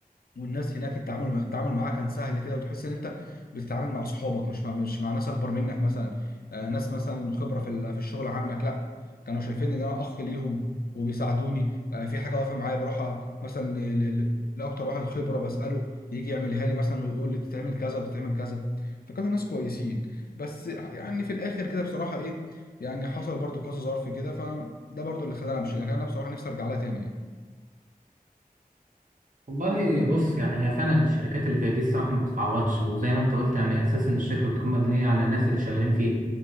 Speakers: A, on the left; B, on the right.
A: والناس هناك التعامل التعامل معاها كان سهل كده وتحس ان انت بتتعامل مع صحابك مش مع مش مع ناس اكبر منك مثلا آه، ناس مثلا من خبره في ال- في الشغل عنك لا كانوا شايفين ان انا اخ ليهم وبيساعدوني آه، في حاجه واقفه معايا بروح أ- مثلا ل- ل- ل- لاكتر واحد خبره بساله يجي يعملها لي مثلا ويقول لي بتتعمل كذا بتتعمل كذا فكانوا ناس كويسين بس يعني في الاخر كده بصراحه ايه يعني حصل برضو كذا ظرف كده فده برضو اللي خلاني امشي لكن انا بصراحه نفسي ارجع لها تاني يعني
B: والله بص يعني هي فعلا الشركات اللي زي دي الصراحة ما بتتعوضش وزي ما انت قلت يعني اساسا الشركة بتكون مبنية على الناس اللي شغالين فيها